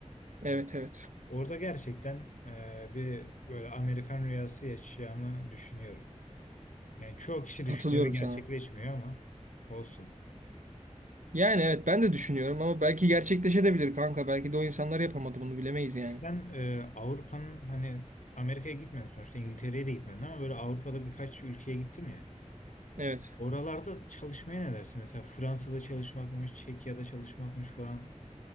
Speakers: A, on the right; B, on the left.
A: Evet
B: Hani
A: evet.
B: orada gerçekten e, bir böyle Amerikan rüyası yaşayacağımı düşünüyorum. Yani çoğu kişi
A: Katılıyorum
B: düşünüyor ve gerçekleşmiyor
A: sana.
B: ama olsun.
A: Yani evet ben de düşünüyorum ama belki gerçekleşebilir kanka. Belki de o insanlar yapamadı bunu bilemeyiz yani.
B: Sen e, Avrupa'nın hani Amerika'ya gitmedin sonuçta İngiltere'ye de gitmedin ama böyle Avrupa'da birkaç ülkeye gittin ya.
A: Evet.
B: Oralarda çalışmaya ne dersin? Mesela Fransa'da çalışmakmış, Çekya'da çalışmakmış falan.